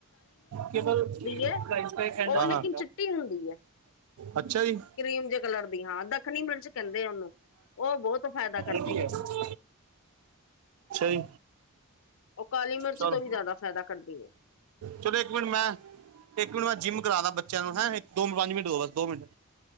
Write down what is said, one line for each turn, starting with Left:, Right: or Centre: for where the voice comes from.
Right: ਕੇਵਲ <unintelligible>
Left: ਹੈ ਉਹ
Right: ਹਾਂ-ਹਾਂ।
Left: ਲੇਕਿਨ ਚਿੱਟੀ ਹੁੰਦੀ ਹੈ
Right: ਅੱਛਾ ਜੀ।
Left: ਕਰੀਮ ਜੇ ਕਲਰ ਦੀ ਹਾਂ, ਦੱਖਣੀ ਮਿਰਚ ਕਹਿੰਦੇ ਉਹਨੂੰ, ਉਹ ਬਹੁਤ ਫਾਇਦਾ ਕਰਦੀ
Right: ਅੱਛਾ
Left: ਐ।
Right: ਜੀ
Left: ਉਹ ਕਾਲੀ ਮਿਰਚ
Right: ਚਲੋ
Left: ਤੋਂ ਵੀ ਜ਼ਿਆਦਾ ਫਾਇਦਾ ਕਰਦੀ ਹੈ
Right: ਚਲੋ ਇੱਕ ਮਿੰਟ ਮੈਂ ਇੱਕ ਮਿੰਟ ਮੈਂ ਜਿੰਮ ਕਰਾਦਾ ਬੱਚਿਆਂ ਨੂੰ ਹੈਂ, ਦੋ ਪੰਜ ਮਿੰਟ ਰੁਕ ਦੋ ਮਿੰਟ